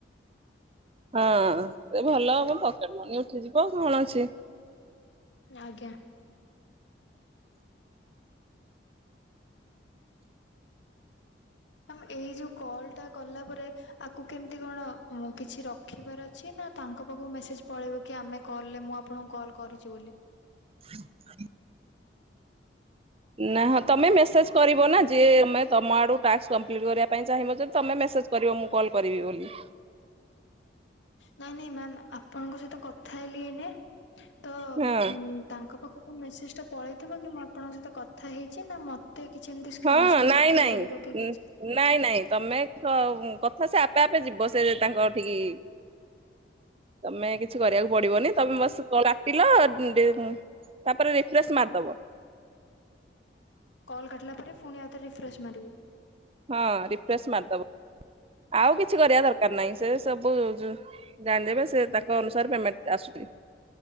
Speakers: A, on the right; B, on the left.
A: ହଁ ସେ ଭଲହବ ପକେଟ୍ ମନି ଉଠିଯିବ ଆଉ କଣ ଅଛି।
B: ଆଜ୍ଞା। ମାମ୍ ଏଇ ଯୋଉ କଲଟା କଲା ପରେ ଆକୁ କେମ ମିତି କଣ ମୁଁ କିଛି ରଖିବାର ଅଛି ନା ତାଙ୍କ ପାଖକୁ ମେସେଜ ପଳେଇବ କି ଆମେ କଲରେ ମୁଁ ଆପ ଆପଣଙ୍କୁ କଲ୍ କରିଚି ବୋଲି।
A: <inaudible> ନା ହଁ ତମେ ମେସେଜ କରିବ ନା ଯିଏ ମାନେ ତମ ଆଡୁ ଟାସ୍କ କମ୍ପ୍ଲିଟ୍ କରିବା ପାଇଁ ଚାହିଁବ ଯଦି ତମେ ମେସେଜ କହିବ ମୁଁ କଲ୍ କରିବି ବୋଲି।
B: ନାଇଁ ନାଇଁ ମାମ୍ ଆ ଆପଣଙ୍କ ସହିତ କଥା ହେଲି ଏଇନାଏ ତ
A: ହଁ
B: ଉଁ ତାଙ୍କ ପାଖକୁ ମେସେଜଟା ପଳେଇଥିବ କି ମୁଁ ଆପଣଙ୍କ ସହିତ କଥା ହେଇଚି ନା ମତ୍ ମତେ କିଛି ଏମିତି ସ୍କ୍ରିିନସଟ୍
A: ହଁ ନାଇଁ
B: ରଖିବାକୁ
A: ନାଇଁ।
B: ପଡିବ କି କିଛି?
A: ନାଇଁ ନାଇଁ ତମେ ସ କଥା ସେ ଆପେ ଆପେ ଯିବ ସେ ତାଙ୍କ ଠିକି। ତମେ କିଛି କରିବାକୁ ପଡିବନେଇ ତମେ ବସି କ କାଟିଲ ଡେ ତାପରେ ରିଫ୍ରେଶସ୍ ମାରିଦବ।
B: କଲ୍ କଟିଲା ପରେ ଫୁଣି ଆଉଥରେ ରିଫ୍ରେଶ୍ ମାରିବି
A: ହଁ ରିଫ୍ରେଶ୍ ମାରିଦବ। ଆଉ କିଛି କରିବା ଦରକାର ନାହିଁ, ସେ ସବୁ ଯୁ ଜାଣିଦେବେ ସେ ତାଙ୍କ ଅନୁସାରେ ପେମେଣ୍ଟଟା ଆସୁଛି।